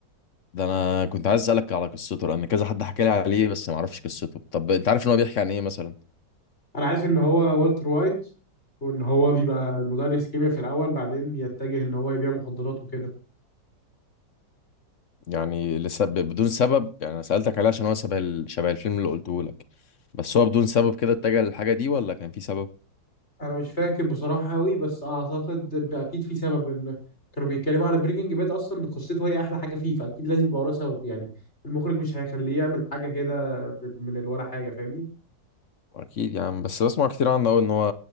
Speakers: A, on the left; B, on the left.
A: ده انا كنت عايز اسالك على قصته لان كذا حد حكى لي عليه بس ما اعرفش قصته طب انت عارف ان هو بيحكي عن ايه مثلا
B: انا عارف ان هو والتر وايت وان هو بيبقى مدرس كيمياء في الاول بعدين بيتجه ان هو يبيع مخدرات وكده
A: يعني لسبب بدون سبب يعني انا سالتك عليه عشان هو شبه ال... شبه الفيلم اللي قلته لك بس هو بدون سبب كده اتجه للحاجه دي ولا كان في سبب
B: انا مش فاكر بصراحه قوي بس اعتقد ان اكيد في سبب ان كانوا بيتكلموا على بريكنج باد اصلا إن قصته هي احلى حاجه فيه فاكيد لازم يبقى وراه سبب يعني المخرج مش هيخليه يعمل حاجه كده ب- من الولا حاجه فاهمني
A: اكيد يعني بس بسمع كتير عنه قوي ان هو